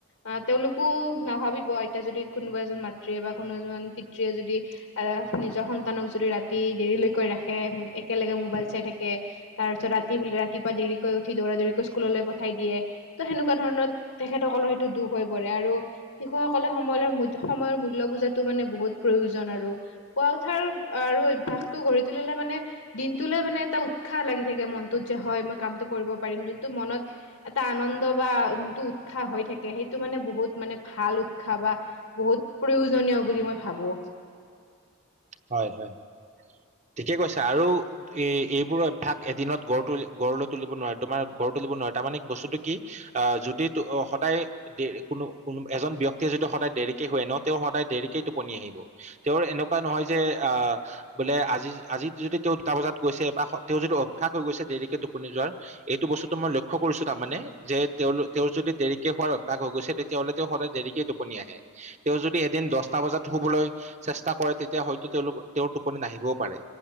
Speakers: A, on the left (about 85°); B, on the right (about 30°).
A: অ' তেওঁলোকো নাভাবিব। এতিয়া যদি, কোনোবা এজন মাতৃয়ে বা কোনো এজন পিতৃয়ে যদি, আঁ নিজৰ সন্তানক যদি, ৰাতি দেৰিলৈকে ৰাখে, একেলগে মোবাইল চাই থাকে। তাৰপিছত, ৰাতি বোলে, ৰাতিপুৱা দেৰিকৈ উঠি, দৌৰা-দৌৰিকৈ স্কুললৈ পঠাই দিয়ে। ত' সেনেকুৱা ধৰণৰ, কৰণত, তেখেতসকলৰ সেইটো দুখ হৈ পৰে। আৰু শিশুসকলে, সময়ৰ-সময়ৰ মূল্য বুজা টো মানে, বহুত প্ৰয়োজন আৰু। শুৱা উঠাৰ আৰু অভ্যাসতো গঢ়ি তুলিলে মানে, দিনটোলে মানে, এটা উৎসাহ লাগি থাকে, মনটোত যে হয়! মই কামটো কৰিব পাৰিম। যোনটো মনত, এটা আনন্দ বা <unintelligible> উৎসাহ হৈ থাকে। সেইটো মানে, বহুত মানে, ভাল উৎসাহ! বা বহুত প্ৰয়োজনীয় বুলি মই ভাবোঁ।
B: হয়, হয়! ঠিকে কৈছা! আৰু এই, এইবোৰ অভ্যাস, এদিনত গঢ় তুলি, গঢ় লৈ তুলিব নোৱাৰে। তোমাৰ গঢ় তুলিব নোৱাৰে। তাৰমানে, বস্তুটো কি, আঁ যদি <unintelligible> সদায়, কোনো-কোনো, এজন ব্যক্তিয়ে যিটো সদায় দেৰিকে শুৱে ন'! তেওঁ সদায় দেৰিকে টোপনি আহিব। তেওঁৰ এনেকুৱা নহয় যে, আঁ বোলে আজি, আজি যদি, তেওঁ দুটা বজাত গৈছে বা তেওঁ যদি অভ্যাস হৈ গৈছে, দেৰিকে যোৱাৰ। এইটো বস্তুটো মই লক্ষ্য কৰিছোঁ, তাৰমানে। যে, তেওঁ-তেওঁৰ যদি দেৰিকে শুৱাৰ অভ্যাস হৈ গৈছে, তে তেওঁলোকে সদায় দেৰিকেই টোপনি আহে। তেওঁ যদি, এদিন দহটা বজাত শুবলৈ চেষ্টা কৰে। তে তেতিয়া, হয়তো তেওঁলোক, তেওঁৰ টোপনি নাহিবও পাৰে।